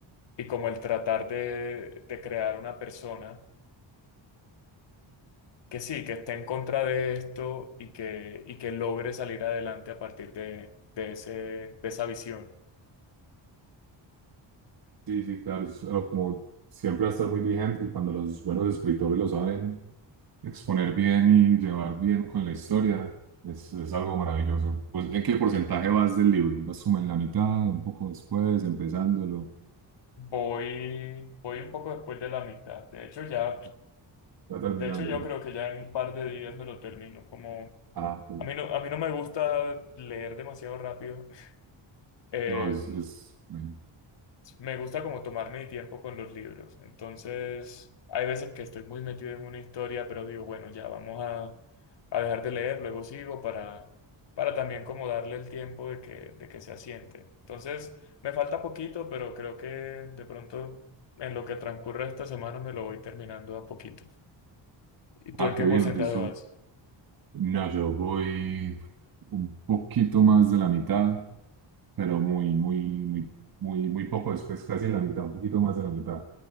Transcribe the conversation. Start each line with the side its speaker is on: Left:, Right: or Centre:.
Left: y como el tratar de, de crear una persona que sí, que esté en contra de esto y que, y que logre salir adelante a partir de, de ese, de esa visión.
Right: Sí, sí, claro, es algo como siempre va a estar muy vigente y cuando los buenos escritores lo saben exponer bien y llevar bien con la historia, es, es algo maravilloso. Pues, ¿en qué porcentaje vas del libro? ¿Vas como en la mitad, un poco después, empezándolo,
Left: Voy, voy un poco después de la mitad. De hecho, ya,
Right: ya terminándolo?
Left: de hecho, yo creo que ya en un par de días me lo termino. Como
Right: Ah, sí.
Left: a mí no, a mí no me gusta leer demasiado rápido. <laughs> Eh,
Right: no, es, es, bueno.
Left: Me gusta como tomarme mi tiempo con los libros. Entonces, hay veces que estoy muy metido en una historia, pero digo, bueno, ya vamos a, a dejar de leer, luego sigo para, para también como darle el tiempo de que, de que se asiente. Entonces, me falta poquito, pero creo que de pronto en lo que transcurre esta semana me lo voy terminando a poquito. ¿Y tú
Right: Ah,
Left: en qué
Right: qué bien,
Left: porcentaje
Right: eso.
Left: vas?
Right: No, yo voy un poquito más de la mitad. pero muy, muy, muy, muy, muy poco después, casi en la mitad, un poquito más de la mitad,